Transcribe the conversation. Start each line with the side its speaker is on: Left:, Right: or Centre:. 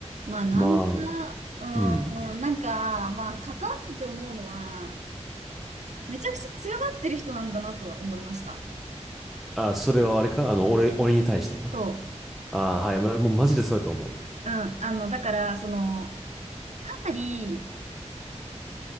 Right: まあ、ナンパ、
Centre: まあ、
Right: うーん、
Centre: うん。
Right: なんか、まあ、関わってて思うのは、めちゃくちゃ強がってる人なんだなとは思いました。
Centre: あ、それはあれかあの、俺、俺に対してか
Right: そ
Centre: あ、はい。まもうマジでそうやと思
Right: う。うん。あの、だから、その、かなり、